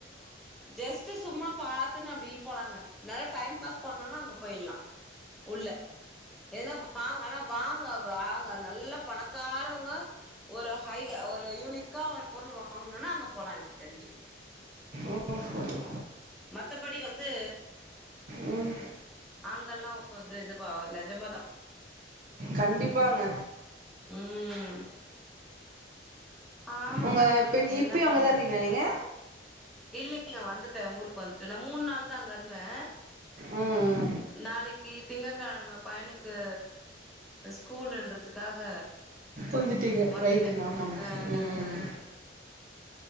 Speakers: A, in the centre; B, on the right.
A: ஜெஸ் டு சும்மா பாத்துன்னு அப்டி போனாங்க நல்லா டைம் பாஸ் பண்ணுனா அங்க பொயிலா உள்ள ஏனா வாங்க ஆனா வாங்க வாங்க நல்ல பணக்காரோங்க ஒரு ஹை ஒரு யுனிக்கா ஒரு பொருள் வாங்கணுன்னா அங்க போலா எனக்கு தெரிஞ்சி
B: ஓஹோ ஓ
A: மத்தபடி வந்து
B: ம்
A: அங்கெல்லா ஓ இது இதுவா நெஜமாதா
B: கண்டிப்பாங்க
A: ம் ம் ஆமாங்க
B: ஒங்க தின்
A: என்ன
B: இப்பியு
A: பண்ற
B: அங்கதா இருக்கீங்ளா நீங்க
A: இல்லைங்க வந்துட்டே ஊருக்கு வந்துட்டே நா மூண் நாள் தா அங்க இருந்தே
B: ம்
A: நாளைக்கு திங்க கெழம பயனுக்கு ஸ் கூலுன்றதுக்காக
B: வந்துட்டீங்க
A: வந்துட்டே
B: ரைட்டுங்க ஆமாங்க
A: அ
B: ம்
A: அ அ அ